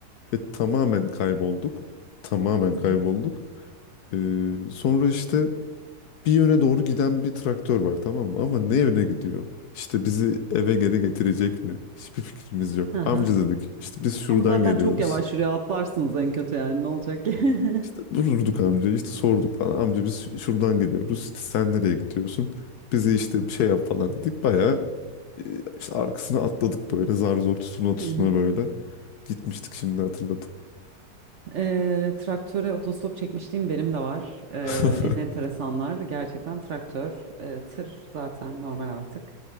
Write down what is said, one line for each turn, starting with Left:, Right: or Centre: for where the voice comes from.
Left: Ve tamamen kaybolduk. Tamamen
Right: Hı
Left: kaybolduk.
Right: hı.
Left: Ee, sonra işte bir yöne doğru giden bir traktör var tamam mı? Ama ne yöne gidiyor? İşte bizi eve geri getirecek mi? Hiçbir fikrimiz yok.
Right: Aha.
Left: Amca dedik işte biz şuradan
Right: Ama zaten
Left: geliyoruz.
Right: çok yavaş şuraya atlarsınız en kötü yani ne olacak ki?
Left: İşte
Right: <laughs>
Left: durdurduk amca işte sorduk falan. Amca biz ş- şuradan geliyoruz. İşte sen nereye gidiyorsun? Bizi işte bir şey yap falan dedik. Bayağı e, işte arkasına atladık böyle zar zor tutuna tutuna
Right: Hı hı.
Left: böyle. Gitmiştik şimdi hatırladım.
Right: Eee, traktöre otostop çekmişliğim benim de var. Eee,
Left: <laughs>
Right: en enteresanlar gerçekten traktör, eee, tır zaten normal artık.